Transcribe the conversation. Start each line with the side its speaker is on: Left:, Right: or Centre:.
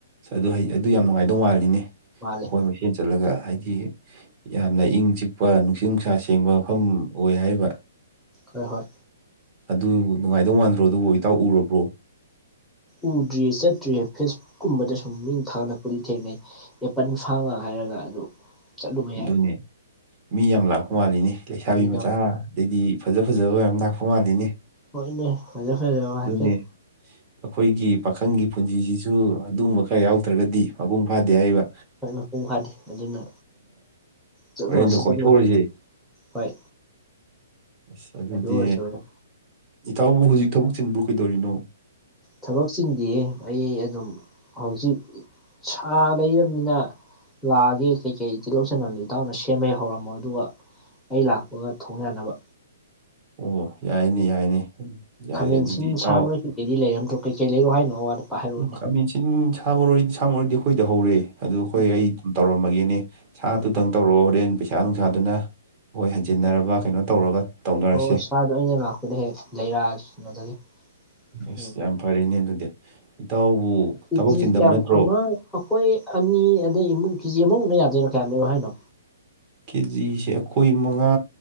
Right: ꯑꯗꯨ ꯍꯩ-ꯑꯗꯨ ꯌꯥꯝ ꯅꯨꯡꯉꯥꯏꯗꯧ ꯃꯥꯜꯂꯤꯅꯦ
Centre: ꯃꯥꯜꯂꯦ
Right: ꯑꯩꯈꯣꯏ ꯃꯁꯦꯟ ꯆꯠꯂꯒ ꯍꯥꯏꯗꯤ ꯌꯥꯝꯅ ꯏꯪ ꯆꯤꯛꯄ ꯅꯨꯡꯁꯤ ꯅꯨꯡꯁꯥ ꯁꯦꯡꯕ ꯃꯐꯝ ꯑꯣꯏ ꯍꯥꯏꯕ
Centre: ꯍꯣꯏ ꯍꯣꯏ
Right: ꯑꯗꯨ ꯅꯨꯡꯉꯥꯏꯗꯧ ꯃꯥꯟꯗ꯭ꯔꯣ ꯑꯗꯨꯕꯨ ꯏꯇꯥꯎ ꯎꯔꯕ꯭ꯔꯣ
Centre: ꯎꯗ꯭ꯔꯤꯌꯦ ꯆꯠꯇ꯭ꯔꯤꯌꯦ ꯐꯦꯁꯕꯨꯛ ꯀꯨꯝꯕꯗ ꯁꯨꯝ ꯃꯤ ꯊꯥꯡꯒꯠꯂꯛꯄꯗꯤ ꯊꯦꯡꯅꯩ ꯑꯦꯄꯟ ꯐꯥꯝꯒ ꯍꯥꯏꯔꯒ ꯑꯗꯨ ꯆꯠꯂꯨꯕ
Right: ꯑꯗꯨꯅꯦ
Centre: ꯌꯥꯏ
Right: ꯃꯤ ꯌꯥꯝ ꯂꯥꯛꯄ ꯃꯥꯜꯂꯤꯅꯦ ꯂꯩꯁꯥꯕꯤ
Centre: ꯃꯤ
Right: ꯃꯆꯥ
Centre: ꯌꯥꯝ
Right: ꯑꯗꯩꯗꯤ ꯐꯖ ꯐꯖꯕꯌꯥꯝ ꯂꯥꯛꯄ ꯃꯥꯜꯂꯤꯅꯦ
Centre: ꯍꯣꯏꯅꯦ ꯐꯖ ꯐꯖꯕ
Right: ꯑꯗꯨꯅꯦ
Centre: ꯍꯥꯏꯐꯦꯠ
Right: ꯑꯩꯈꯣꯏꯒꯤ ꯄꯥꯈꯪꯒꯤ ꯄꯨꯟꯁꯤꯁꯤꯁꯨ ꯑꯗꯨꯒꯨꯝꯕ ꯈꯔ ꯌꯥꯎꯗ꯭ꯔꯒꯗꯤ ꯃꯄꯨꯡ ꯐꯥꯗꯦ ꯍꯥꯏꯕ
Centre: ꯍꯣꯏ ꯃꯄꯨꯡ ꯐꯥꯗꯦ ꯑꯗꯨꯅ ꯆꯠꯂꯨꯔꯁꯤ
Right: ꯍꯣꯔꯦꯟꯗꯣ ꯀꯣꯏꯊꯣꯛꯎꯔꯁꯦ
Centre: ꯆꯠꯂꯨꯔꯁꯤ ꯍꯣꯏ
Right: ꯑꯁ ꯑꯗꯨꯗꯤ
Centre: ꯑꯗꯨ ꯑꯣꯏꯔꯁꯨ
Right: ꯏꯇꯥꯎꯕꯨ ꯍꯧꯖꯤꯛ ꯊꯕꯛ ꯆꯤꯟꯕ꯭ꯔꯣ ꯀꯩꯗꯧꯔꯤꯅꯣ
Centre: ꯊꯕꯛꯆꯤꯟꯗꯤꯌꯦ ꯑꯩ ꯑꯗꯨꯝ ꯍꯧꯖꯤꯛ ꯁꯥ ꯂꯩꯔꯝꯅꯤꯅ ꯂꯥꯛꯑꯒꯦ ꯀꯩ ꯀꯩ ꯇꯤꯂꯧ ꯆꯟꯝꯗꯤ ꯏꯇꯥꯎꯅ ꯁꯦꯝꯃ ꯍꯧꯔꯝꯃꯣ ꯑꯗꯨꯒ ꯑꯩ ꯂꯥꯛꯄꯒ ꯊꯣꯡ ꯌꯥꯟꯅꯕ
Right: ꯑꯣ ꯌꯥꯏꯅꯦ ꯌꯥꯏꯅꯦ ꯌꯥꯏꯅꯦ
Centre: ꯈꯥꯃꯦꯟꯁꯤꯟ
Right: ꯑꯗꯨꯗꯤ ꯏꯇꯥꯎ
Centre: ꯁꯥ ꯃꯔꯣꯏ ꯀꯩ ꯀꯩ ꯗꯤ ꯂꯩꯔꯝꯅꯇꯔꯣ ꯀꯩ ꯀꯩ ꯂꯩꯔꯣ ꯍꯥꯏꯅꯣ ꯑꯋꯥꯠ ꯑꯄꯥ ꯍꯥꯏꯔꯛꯑꯣꯅꯦ
Right: ꯈꯥꯃꯦꯟꯁꯤꯟ ꯁꯥꯃꯔꯣꯏꯗꯤ ꯁꯥꯃꯔꯣꯏꯗꯤ ꯑꯩꯈꯣꯏꯗ ꯍꯧꯔꯦ ꯑꯗꯨ ꯑꯩꯈꯣꯏ
Centre: ꯎꯝ
Right: ꯑꯩ ꯑꯗꯨꯝ ꯇꯧꯔꯝ ꯃꯒꯦꯅꯦ ꯁꯥꯗꯨꯇꯪ
Centre: ꯎꯝ
Right: ꯇꯧꯔꯣ ꯍꯣꯔꯦꯟ ꯄꯩꯁꯥ ꯅꯨꯡꯁꯥꯗꯨꯅ ꯍꯣꯏ ꯍꯟꯖꯤꯟꯅꯔꯕ ꯀꯩꯅꯣ ꯇꯧꯔꯒ ꯇꯧꯅꯔꯁꯦ
Centre: ꯍꯣꯏ ꯍꯣꯏ ꯁꯥꯗꯣ ꯑꯩꯅ ꯂꯥꯛꯄꯗ ꯍꯦꯛ ꯂꯩꯔꯛꯑꯒꯦ ꯀꯩꯅꯣꯗꯒꯤ
Right: ꯏꯁ
Centre: ꯎꯝ
Right: ꯌꯥꯝ ꯐꯔꯦꯅꯦ ꯑꯗꯨꯗꯤ ꯏꯇꯥꯎꯕꯨ
Centre: ꯀꯦꯖꯤ
Right: ꯊꯕꯛ ꯆꯤꯟꯗꯕ
Centre: ꯀꯌꯥꯝ
Right: ꯅꯠꯇ꯭ꯔꯣ
Centre: ꯑꯃ ꯑꯩꯈꯣꯏ ꯑꯅꯤ ꯑꯗꯩ ꯏꯃꯨꯡ ꯀꯦꯖꯤ ꯑꯃꯃꯨꯛ ꯌꯥꯗꯣꯏꯅꯣ ꯀꯌꯥꯝ ꯂꯩꯔꯣ ꯍꯥꯏꯅꯣ
Right: ꯀꯦꯖꯤꯁꯦ ꯑꯩꯈꯣꯏ ꯃꯉꯥ